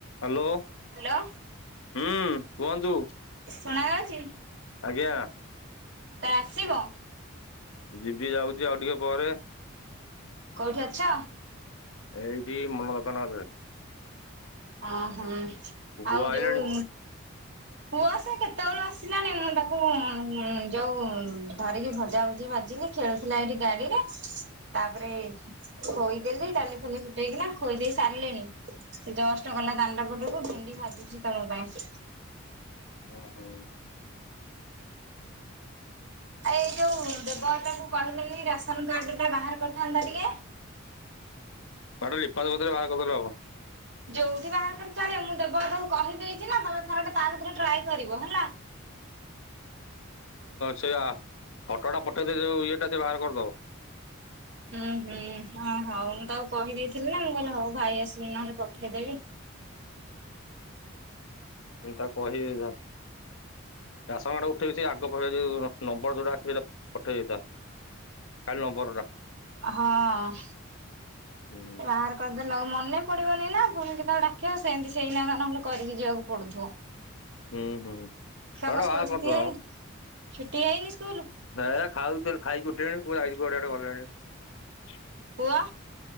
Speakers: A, on the left; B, on the right.
A: Hello.
B: Hello.
A: ହୁଁ କୁହନ୍ତୁ?
B: ଶୁଣା ଯାଉଛି?
A: ଆଜ୍ଞା।
B: ତତେ ଆସିବ?
A: ଯିବି ଯାଉଚି, ଆଉ ଟିକେ ପରେ।
B: କୋଉଠି ଅଛ?
A: ଏଇଠି ମନୋ ଦୋକାନ କତିରେ।
B: ଅ ହୋ,
A: ପୁଅ
B: ଆଉ
A: ଆଇଲାଣି
B: ଯୋଉ ପୁଅ, ସେ କେତେବେଳୁ ଆସିଲାଣି, ମୁଁ ତାକୁ ଯୋଉ ଧରିକି ଭଜା ଭୁଜି ଭା ବାଜିଲି, ଖେଳୁଥିଲା ଏଇଠି ଗାଡିରେ, ତାପରେ ଖୋଇଦେଲି ଡାଲି ଫାଲି ଫୁଟେଇକିନା ଖୋଇ ଦେଇ ସାରିଲିଣି, ଏ ଜଷ୍ଟ କଲା ଦାଣ୍ଡ ପଟକୁ ଭେଣ୍ଡି ଭାଜିୁଛି ତମ ପାଇଁ।
A: <inaudible> ଓହୋ
B: ଆ ଏଇ ଯୋଉ ଦେବଦା ଙ୍କୁ କହିଲନି ରାସନ କାର୍ଡ ଟା ବାହାର କରିଥାନ୍ତା ଟିକେ
A: ହେଟା ଲିପାଞ୍ଚ କତିରେ ବାହା କରିଦେଲେ ହବ।
B: ଯୋଉଠି ବାହାର କଲେ ଚଳିବ, ମୁଁ ଦେବଦାକୁ କହିଦେଇଛି ନା ତମେ ଥର ଟା ତା ଭିତରେ ଟ୍ରାଏ କରିବ, ହେଲା।
A: ହ <inaudible> ସେଇଆ, ଫଟୋଟା ପଠେଇଦେ ଯୋଉ ଇଏଟା ସେ ବାହାର କରିଦବ।
B: ହୁଁ ହୁଁ ହଁ ହଉ ମୁଁ ତକୁ କହିଦେଇଥିଲି ନା, ମୁଁ କହିଲି ହଉ ଭାଇ ଆସିଲି ନହେଲେ ପଠେଇଦେବି।
A: <inaudible> ମୁଁ ତାକୁ ଏଇଥର। ରାସନ କାର୍ଡ ଉଠେଇଛି, ଆଗ ଫାଗ ଯଉ ନମ୍ବର ଯୋଉଟା ଅଛି, ସେଟା ପଠେଇ ଦେଇଥା। ଖାଲି ନମ୍ବରଟା।
B: ହଁ ସେ
A: ହୁଁ
B: ବାହାର କରିଦେଲେ, ମନ ମନେ ପଡିବନି ନା, ପୁଣି କେ ତାକୁ ଡାକିବ ସେମିତି ସେଇନା ନହେଲେ କରିକି ଯିବାକୁ ପଡୁଥିବ।
A: ହୁଁ ହୁଁ ସେଟା
B: ଛୁଆଙ୍କ ସ୍କୁଲ
A: ବାହାର
B: ଛୁଟି
A: କରିଦବା
B: ହେଇନି
A: ମ
B: ଛୁଟି ହେଇନି ସ୍କୁଲ
A: ଭ ଖାଉଥ ଖାଇକି ଉଠିଲାଣି ପୁଣି ଆଡେ ଗଲେଣି <unintelligible>
B: ପୁଅ?